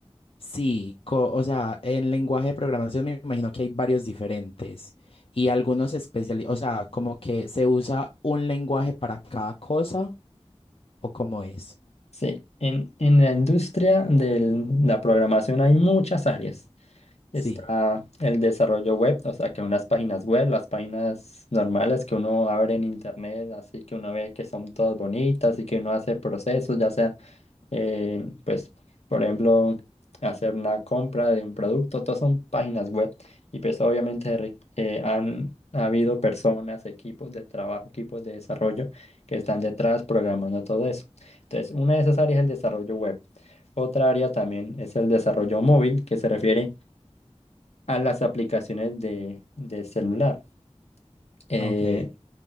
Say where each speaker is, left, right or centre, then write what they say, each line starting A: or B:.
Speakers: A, on the left; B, on the left.
A: sí, co- o sea, en lenguaje de programación me imagino que hay varios diferentes y algunos especializados, o sea, como que se usa un lenguaje para cada cosa o cómo es.
B: Sí, en, en la industria de la programación hay muchas áreas. Está
A: Sí,
B: el desarrollo web, o sea, que unas páginas web, las páginas normales que uno abre en internet, así que uno ve que son todas bonitas y que uno hace procesos, ya sea, eh, pues, por ejemplo, hacer una compra de un producto, todas son páginas web. Y pues obviamente re- eh, han ha habido personas, equipos de trabajo, equipos de desarrollo que están detrás programando todo eso. Entonces, una de esas áreas es el desarrollo web. Otra área también es el desarrollo móvil, que se refiere a las aplicaciones de, de celular. Eh,
A: ok.